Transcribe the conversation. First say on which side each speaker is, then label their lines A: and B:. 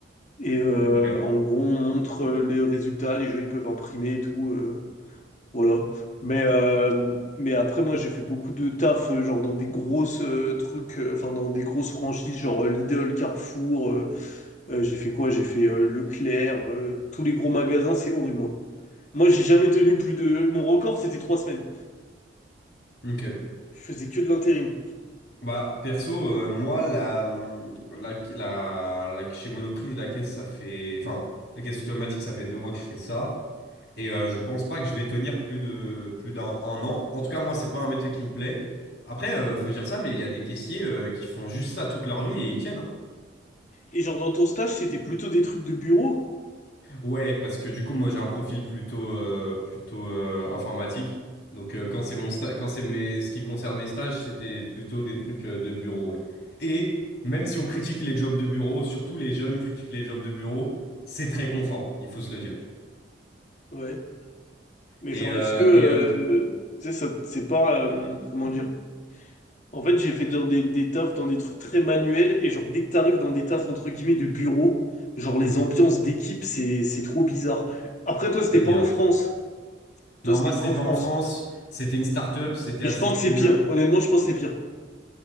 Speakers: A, on the left; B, on the left.
A: Et euh,
B: Ok.
A: en gros, on montre euh, les résultats. Les gens, ils peuvent imprimer et tout. euh, voilà. Mais, euh, mais après, moi, j'ai fait beaucoup de taf, euh, genre dans des grosses euh, trucs, euh, enfin, dans des grosses franchises, genre euh, Lidl, Carrefour. euh, euh, j'ai fait quoi? J'ai fait euh, Leclerc, euh, tous les gros magasins, c'est horrible. hein. Moi, j'ai jamais tenu plus de. Mon record, c'était trois semaines.
B: Ok.
A: Je faisais que de l'intérim.
B: Bah, perso, euh, moi, la, hum, la, la, la- chez Monoprix, la caisse, ça fait, enfin, la caisse automatique, ça fait deux mois que je fais ça. Et euh, je pense pas que je vais tenir plus de, plus d'un un an. En tout cas, moi, c'est pas un métier qui me plaît. Après, euh, faut dire ça, mais il y a des caissiers euh, qui font juste ça toute leur vie et ils tiennent, hein.
A: Et genre dans ton stage, c'était plutôt des trucs de bureau.
B: Ouais, parce que du coup, moi, j'ai un profil plutôt, euh, plutôt euh, informatique. Donc, euh, quand c'est mon sta- quand c'est mes, ce qui concerne mes stages, c'était plutôt des trucs euh, de bureau, ouais. Et même si on critique les jobs de bureau, surtout les jeunes critiquent les jobs de bureau, c'est très confort, il faut se le dire.
A: Ouais. Mais
B: Et,
A: genre,
B: euh,
A: est-ce que euh,
B: et euh,
A: tu sais, ça c'est pas euh, comment dire? En fait, j'ai fait dans des, des tafs, dans des trucs très manuels, et genre dès que t'arrives dans des tafs entre guillemets de bureau, genre les
B: mhm,
A: ambiances d'équipe, c'est c'est trop bizarre. Après, toi,
B: c'est-à-dire.
A: c'était pas en France. Toi,
B: Non,
A: c'était
B: moi, c'était
A: pas en
B: pas
A: France.
B: en France. C'était une start-up, c'était
A: Mais
B: assez
A: je pense
B: cool.
A: que c'est pire. Honnêtement, je pense que c'est pire.